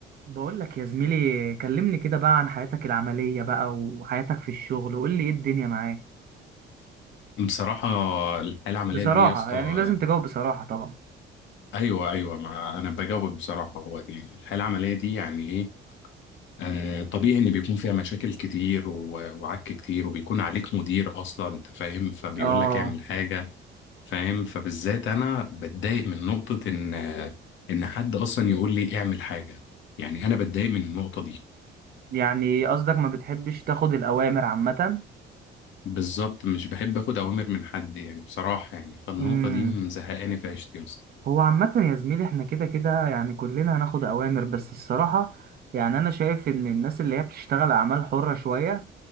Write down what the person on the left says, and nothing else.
بصراحة الحياة العملية
دي يا اسطى
أيوه أيوه ما أنا بجاوبك بصراحة هو دي الحياة العملية دي يعني إيه آه طبيعي إن بيكون فيها مشاكل كتير و- وعك كتير وبيكون عليك مدير أصلا أنت فاهم فبيقول
لك اعمل حاجة فاهم فبالذات أنا بتضايق من نقطة إن إن حد أصلا يقول لي اعمل حاجة يعني أنا بتضايق من النقطة دي
بالظبط مش بحب آخد أوامر من حد يعني بصراحة يعني فالنقطة
دي مزهقاني في عيشتي يا اسطى